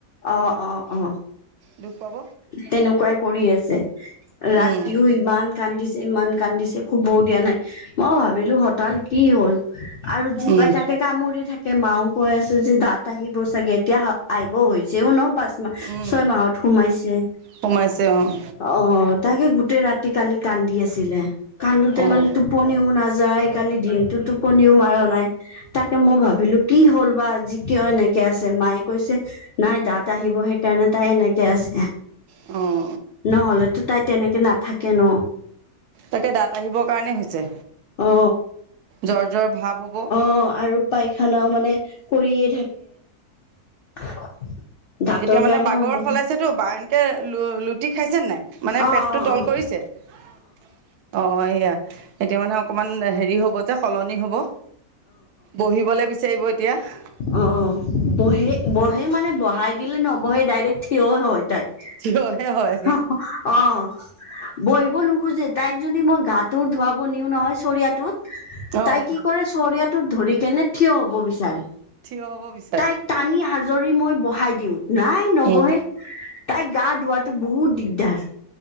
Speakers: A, on the left; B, on the right.
A: অ অ অ
B: দুখ পাব
A: তেনেকুৱাই কৰি আছে ৰাতি
B: উম
A: শ ইমান কান্দিছে ইমান কান্দিছে শুবও দিয়া নাই মই ভাবিলো হঠাৎ কি হ'ল। আৰু যি
B: উম
A: পাই তাকে কামুৰি থাকে মাও কৈ আছে যে দাঁত আহিব। চাগে এতিয়া আহিব হৈছেও ন পাঁচ মাহ
B: উম
A: ছয় মাহত সোমাইছে।
B: সোমাইছে অঁ
A: অ তাকে গোটেই ৰাতি কালি কান্দি আছিলে কান্দোতে
B: অঁ
A: মানে। টোপনিও নাযায় কালি দিনটোতো টোপনিও মাৰা নাই তাকে মই ভাবিলোঁ। কি হ'ল বা যি কিয় এনেকে আছে মায়ে কৈছে। নাই দাঁত আহিব সেইকাৰণে তাই এনেকে আছে।
B: অ
A: নহ'লেতো তাই তেনেকে নাথাকে ন।
B: তাকে দাঁত আহিবৰ কাৰণে হৈছে
A: অ
B: জ্বৰ জ্বৰ ভাৱ হব।
A: অঁ আৰু পাইখানাও মানে কৰিয়ে থাকে। দাঁতৰ
B: এতিয়া মানে
A: কাৰণে
B: বাগৰ
A: হ'ব
B: সলাইছেতো বা এনকে লু লুটি খাইছেনে নাই। মানে
A: অ
B: পেটটো তল
A: অ
B: কৰিছে। অ অ অ, এইয়া এতিয়া মানে অকমান হেৰি হব যে সলনি হব। বহিবলে বিচাৰিব এতিয়া হা।
A: অঁ অ অ, বহে বহে মানে বহাই দিলে নবহে ডাইৰেক্ট থিয় হয় তাই। চিও চু,
B: থিয়হে হয়
A: হ হ, অ অ অ। এ এ আহ, বহিব নোখোজে তাইক যদি মই গাটো ধুৱাব নিও নহয় চৰিয়াটোত এ এ এ এ,
B: অঁ
A: তাই কি কৰে চৰিয়াটোত ধৰি কেনে থিয় হব বিচাৰে।
B: থিয় হ'ব বি
A: তাইক টানি হাজৰি মই বহাই দিওঁ নাই নবহে।
B: অঁ
A: হে হে হে, তাইক গা ধুৱাটো বহুত দিগদাৰ।